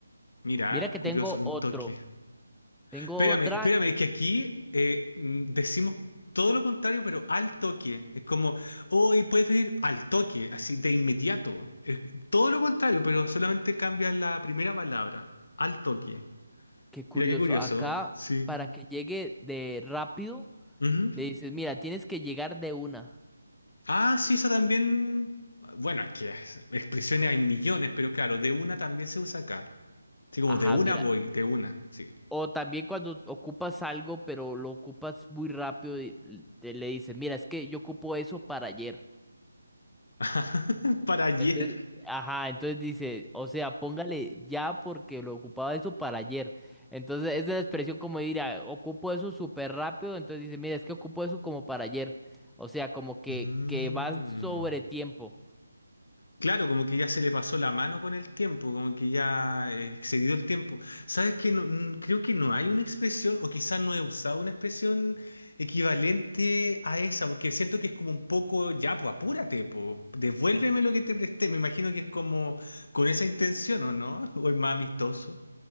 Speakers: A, on the left; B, in the centre.
A: Mira,
B: Mira que
A: curioso,
B: tengo
A: un
B: otro,
A: toque.
B: tengo
A: Espérame,
B: otra
A: espérame, que aquí eh, mm, decimos todo lo contrario, pero al toque. Es como, hoy puedes pedir al toque, así de inmediato. Es todo lo contrario, pero solamente cambia la primera palabra, al toque.
B: que curioso,
A: Mira qué curioso.
B: acá
A: ¿eh? Sí.
B: para que llegue de rápido,
A: Ujú.
B: le dices, mira, tienes que llegar de una.
A: Ah, sí, esa también. Bueno, es que es- expresiones hay millones, pero claro, de una también se usa acá. Sí, como
B: Ajá,
A: de una
B: mira.
A: voy, de una, sí.
B: O también cuando ocupas algo, pero lo ocupas muy rápido y l- te- le dices, mira, es que yo ocupo eso para ayer.
A: <laughs> ¿Para ayer?
B: Entonces, ajá, entonces dice, o sea, póngale ya porque lo ocupaba eso para ayer. Entonces, esa es la expresión como de dirá, ocupo eso súper rápido. Entonces dice, mira, es que ocupo eso como para ayer. O sea, como que,
A: Mmm.
B: que va sobre tiempo.
A: Claro, como que ya se le pasó la mano con el tiempo, como que ya eh, excedió el tiempo. ¿Sabes qué? No- n- creo que no hay una expresión, o quizás no he usado una expresión equivalente a esa, porque siento que es como un poco, ya, pues apúrate, pues, devuélveme lo que te presté. Me imagino que es como con esa intención, ¿o no? <laughs> ¿O es más amistoso?